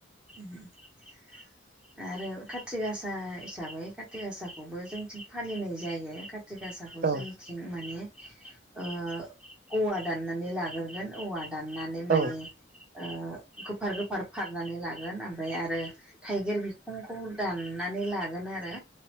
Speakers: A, in the centre; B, on the right (about 45°).
A: <unintelligible>
B: <inaudible>
A: आरो काति गासा हिसाबै काति गासाखौबो जोंथिं फालिनाय जायो। का थिगासाखौ
B: औ
A: जों थिं माने ओ औवा दनानै लागोरगोन औवा दाना नै माने
B: औ
A: ओ गोफार गोफार फारनानै लागोन ओमफ्राय आरो थाइगिर बिखंखौ दाननानै लागोन आरो।